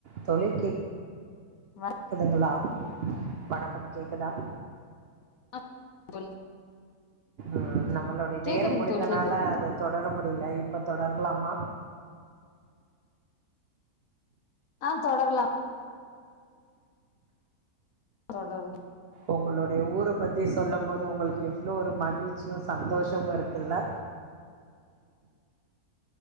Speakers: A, on the right (about 70°); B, on the left (about 65°).
A: தோழி கேக்
B: <inaudible>
A: க்குதுங்களா வணக்கம் கேக்குதா
B: ஆ தோழி
A: ம் நம்மளுடைய
B: கேக்குதுங்க
A: நேரம் முடிந்தனால
B: தோழி கேக்குது
A: அத தொடர முடியல இப்ப தொடரலாமா
B: ஆ தொடரலாம் தொடருங்க
A: உங்களுடைய ஊர பத்தி சொல்லும் போது உங்களுக்கு எவ்ளோ ஒரு மகிழ்ச்சியும் சந்தோஷமும் இருக்குல்ல